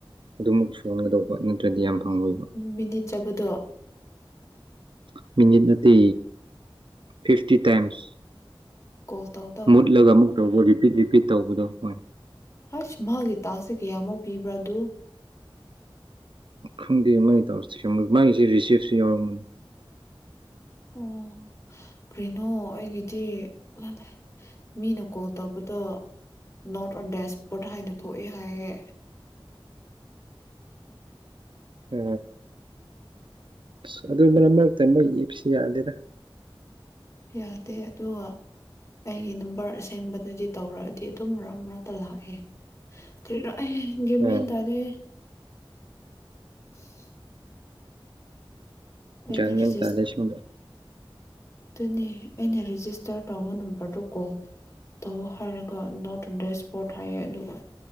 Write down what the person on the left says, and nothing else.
ꯃꯤꯅꯤꯠ ꯆꯠꯄꯗꯣ
ꯀꯣꯜ ꯇꯧ
ꯍꯁ ꯃꯥꯒꯤ ꯇꯥꯛꯁꯦ ꯀꯌꯥꯃꯨꯛ ꯄꯤꯕ꯭ꯔꯥ ꯑꯗꯨ
ꯑꯣ ꯀꯔꯤꯅꯣ ꯑꯩꯒꯤꯗꯤ ꯂꯜꯂꯦ ꯃꯤꯅ ꯀꯣꯜ ꯇꯧꯕꯗꯣ ꯅꯣꯔꯠ ꯑꯣꯟ ꯗꯦꯁꯄꯣꯔꯠ ꯍꯥꯏꯅ ꯊꯣꯛꯑꯦ ꯍꯥꯏꯌꯦ
ꯌꯥꯗꯦ ꯑꯗꯨ ꯑꯩꯒꯤ ꯅꯝꯕꯔ ꯑꯁꯦꯡꯕꯗꯗꯤ ꯇꯧꯔꯛꯑꯗꯤ ꯑꯗꯨꯝ ꯃꯔꯛ ꯃꯔꯛꯇ ꯂꯥꯛꯑꯦ ꯒꯔꯤꯔ ꯒꯌꯥꯟ ꯃꯦꯟ
ꯇꯥꯗꯦ <unintelligible> ꯑꯩꯅ
ꯐ <inaudible>
ꯑꯗꯨꯅꯦ ꯑꯩꯅ ꯔꯦꯖꯤꯁꯇꯔ ꯇꯧꯕ ꯅꯝꯕꯔꯗꯨ ꯀꯣꯜ ꯇꯧ ꯍꯥꯏꯔꯒ ꯅꯣꯠ ꯑꯣꯟ ꯏꯁꯄꯣꯔꯠ ꯍꯥꯏꯌꯦ ꯑꯗꯨꯒ